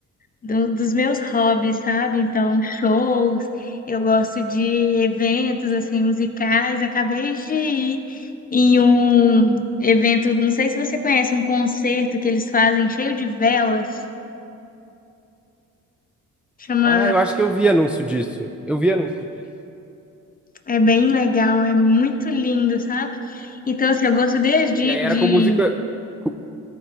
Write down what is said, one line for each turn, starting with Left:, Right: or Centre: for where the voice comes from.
Left: do- dos meus hobbies, sabe? Então, shows, eu gosto de eventos assim musicais. Acabei de ir em um evento, não sei se você conhece, um concerto que eles fazem cheio de velas. Chama,
Centre: Ah, eu acho que eu vi anúncio disso. Eu vi anúncio disso.
Left: é bem legal, é muito lindo, sabe? Então, assim, eu gosto desde
Centre: E aí
Left: de
Centre: era com música, com